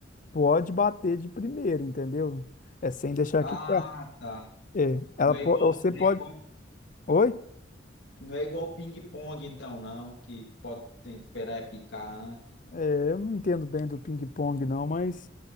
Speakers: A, on the left; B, on the left.
A: pode bater de primeira, entendeu? É sem deixar
B: Ah,
A: quicar.
B: tá.
A: É, ela
B: Não
A: po-
B: é igual,
A: você
B: não
A: pode.
B: é igual,
A: Oi?
B: não é igual ping-pong, então, não, que pode, tem que esperar é picar antes.
A: É, Eu não entendo bem do ping-pong, não, mas